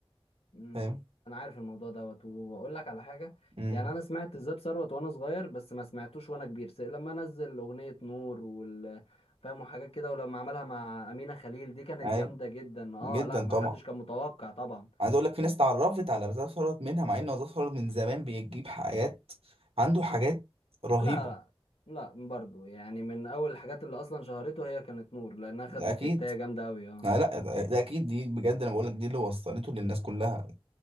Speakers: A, on the left; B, on the right.
A: امم
B: فاهم
A: انا عارف الموضوع دوت واقول لك على حاجة
B: امم
A: يعني انا سمعت زاب ثروت وانا صغير بس ما سمعتوش وانا كبير س- لما نزل اغنية نور وال فاهم وحاجات كده ولما عملها مع أمينة خليل دي كانت
B: ايوه
A: جامدة جدا اه
B: جدا
A: لا ما
B: طبعا
A: حدش كان متوقع طبعا
B: عايز اقول لك في ناس اتعرفت على زاب ثروت منها مع ان هو زاب ثروت من زمان بيجيب حاجات عنده حاجات رهيبة
A: لا لا لا برضو يعني من اول الحاجات اللي اصلا شهرته هي كانت نور لانها خدت
B: ده اكيد
A: هتاية جامدة قوي اه
B: لا لا ده ده اكيد دي بجد انا بقول لك دي اللي وصلته للناس كلها